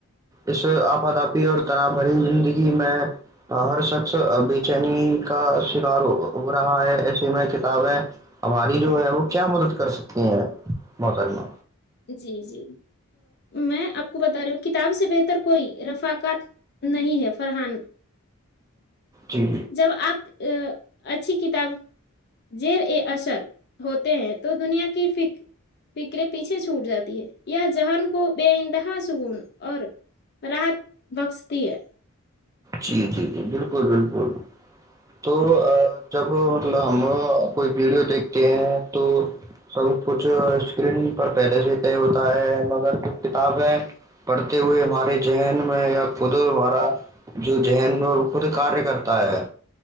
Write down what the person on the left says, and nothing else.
جی جی میں آپ کو بتا رہی ہوں کتاب سے بہتر کوئی رفقات نہیں ہے فرحان
جب آپ ا اچھی کتاب زیر اے اثر ہوتے ہیں تو دنیا کی فکر فکرے پیچھے چھوٹ جاتی ہے یہ جہن کو بے انتہا سکون اور راحت بخشتی ہے